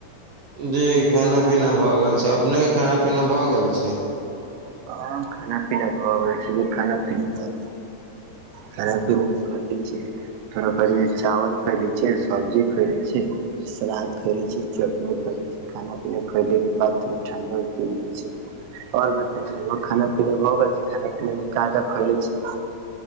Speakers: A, on the right; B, on the right.
A: जी खाना पीना भए गेल छै अपने के खाना पीना भए गेल छै
B: हँ खाना पीना भऽ गेल छै खाना पीना खान पि छियै थोड़ कर चावल खैले छियै सब्जी खैले छ सलाद खाए लै छै चटनी खय लै छी खाना पीना खयलेके बाद थोड़ा ठण्डा पी लै छी ओर बताइ रौआ खाना पीना भ गेल छै खाना पीना मे क खोले छी